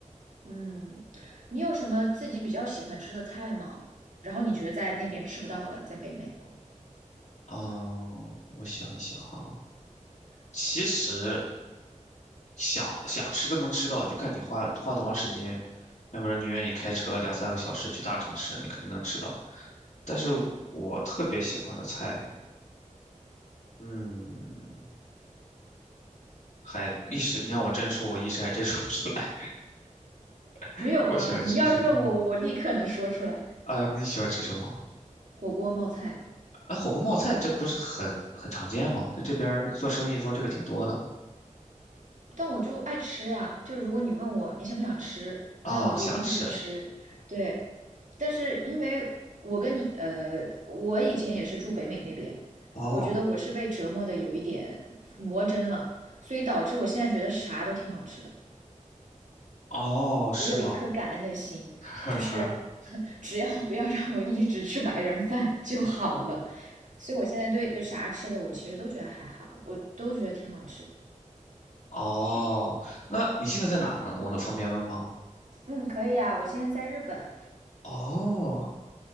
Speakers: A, on the right; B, on the left.
A: 嗯，你有什么自己比较喜欢吃的菜吗？然后你觉得在那边吃不到的，在北美
B: 嗯、我想一想哈、其实想想吃都能吃到，就看你花花多长时间。要不然你愿意开车两三个小时去大城市，你肯定能吃到。但是我特别喜欢的菜，嗯。还一时，你让我真说，我一时还真说不出来。<laughs>
A: 没有吗？
B: 我喜欢吃什么啊？
A: 你要是问我，我立刻能说出来。
B: 啊，你喜欢吃什么？
A: 火锅冒菜，
B: 啊，火锅冒菜这不是很很常见吗？在这边儿做生意做这个挺多的
A: 但我就爱吃呀。就是如果你问我你想不想吃，
B: 啊，
A: 那我就一定会去吃。
B: 想吃
A: 对，但是因为我跟你呃，我以前也是住北美那边，
B: 哦
A: 我觉得我是被折磨的有一点魔怔了，所以导致我现在觉得啥都挺好吃的。
B: 哦，是吗？
A: 我有一颗感恩的心，
B: <laughs>
A: 就是 <laughs> 只要不要让我一直吃白人饭就好了。所以我现在对就啥吃的，我其实都觉得还好，我都觉得挺好吃的。
B: 哦，那你现在在哪呢？我能方便问吗？
A: 嗯，可以啊，我现在在日本，
B: 哦，